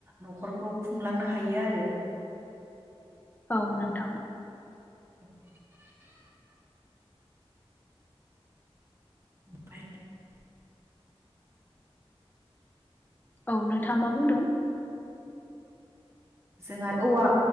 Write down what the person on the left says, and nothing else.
औ नोंथां।
औ नोंथाङा मा बुंदों?